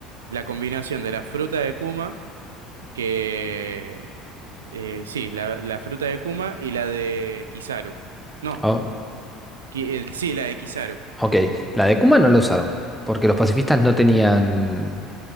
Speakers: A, on the right; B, in the centre.
A: la combinación de la fruta de Kuma, que... eh, sí, la, la fruta de Kuma y la de Kizaru. No,
B: Oh,
A: qui- eh, sí, la de Kizaru.
B: ok, la de Kuma no la usaron, porque los pacifistas no tenían